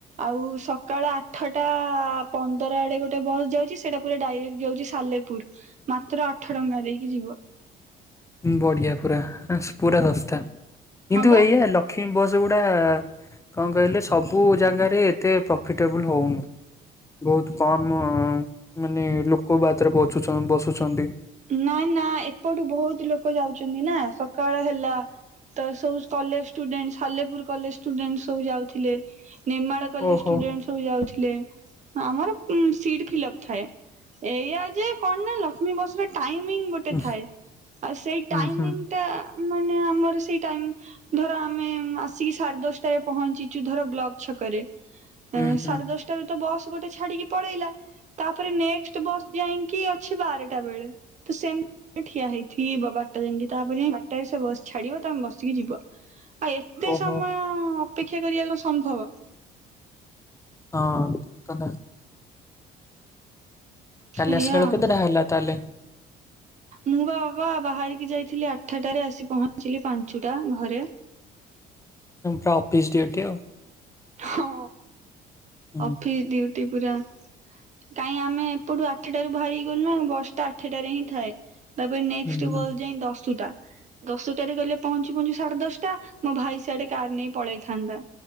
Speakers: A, on the right; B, on the left.
A: ଆଉ ସକାଳ ଆଠଟା ପନ୍ଦର ଆଡେ ଗୋଟେ ବସ୍ ଯାଉଚି ସେଇଟା ପୁରା ଡାଇରେକ୍ଟ ଯାଉଛି ସାଲେପୁର ମାତ୍ର ଆଠ ଟଙ୍କା ଦେଇକି ଯିବ।
B: ବଢିଆ ପୁରା ପୁରା ସସ୍ତା
A: ହଁ
B: କିନ୍ତୁ
A: ବା
B: ଏଇଆ ଲ ଲକ୍ଷ୍ମୀ ବସ୍‌ ଗୁଡା କଣ କହିଲେ ସବୁ ଜାଗାରେ ଏତେ ପ୍ରଫିଟେବୁଲୁ ହଉନି। ବହୁତ କମ୍ ମାନେ ଲୋକ ବ୍ୟାଚରେ ବ ବସୁଛନ୍ତି।
A: ନାଇଁ ନା ଏପଟୁ ବହୁତ ଲୋକ ଯାଉଛନ୍ତି ନା ସକାଳ ହେଲା। ତ ସବୁ college student Salepur college student ସବୁ ଯାଉଥିଲେ। ନେମାଳ କଲେଜ୍‌
B: ଓହୋ
A: ଷ୍ଟୁଡେଣ୍ଟ ସବୁ ଯାଉଥିଲେ ଆମର ସିଟ୍ ଫିଲପ୍ ଥାଏ। ଏଇଆ ଯେ କଣ ନା ଲକ୍ଷ୍ମୀ ବସ୍‌ରେ ଟାଇମିଙ୍ଗ ଗୋଟେ
B: ହୁଁ
A: ଥାଏ। ଆଉ ସେଇ
B: ହୁଁ
A: ଟାଇମିଙ୍ଗ
B: ହୁଁ ହୁଁ
A: ଏଇଟା ମାନେ ଆମର ସେଇ ଟାଇମ୍ ଧର ଆମେ ଆସିକି ସାଢେ ଦଶଟାରେ ପହଞ୍ଚିଛୁ ଧର ବ୍ଲକ ଛକରେ
B: ହୁଁ
A: ଉଁ
B: ହୁଁ
A: ସାଢ଼େ ଦଶ। ରୁ ତ ବସ୍ ଗୋଟେ ଛାଡିକି ପଳେଇଲା ତାପରେ ନେଷ୍ଟେ ବସ୍ ଯାଇକି ଅଛି ବାରଟା ବେଳେ। ତ ସେମ୍ ଠିଆ ହେଇଥିବ ବାରଟା ଯାଙ୍କେ ତାପରେ ବାରଟାରେ ସେ ବସ୍‌ ଛାଡିବ ତମେ ବସିକି ଯିବ। ଆଉ ଏତେ
B: ଓହୋ
A: ସମୟ ଅପେକ୍ଷା କରିବାକୁ ସମ୍ଭବ।
B: ହଁ କରଦବା।
A: ସେଇଆ
B: କାଲି ଆସିଲା ବେଳକୁ
A: ଆଉ
B: କେତେଟା ହେଲା ତାହେଲେ
A: ମୁଁ ବା ବାବା ବାହାରି ଯାଇଥିଲି ଆଠାଟାରେ ଆସି ପହଞ୍ଚିଲି ପାଞ୍ଚଟା ଘରେ।
B: ପୁରା ଅଫିସ ଡୁଟି ଆଉ
A: ହଁ
B: ହୁଁ
A: ଅଫିସ ଡିଉଟି ପୁରା। କାହିଁ ଆମେ ଏପଟୁ ଆଠଟାରୁ ବାହାରିଗଲୁ ନା ବସଟା ଆଠଟାରେ ହିଁ ଥାଏ। ତାପରେ ନେକ୍ସଟ
B: ହୁଁ ହୁଁ
A: ବସ ଯାଇ ଦଶଟା। ଦଶଟାରେ ଗଲେ ପହଞ୍ଚି ପହଞ୍ଚି ସାଢେ ଦଶଟା ମୋ ଭାଇ ସିଆଡେ କାର ନେଇ ପଳେଇଥାନ୍ତା।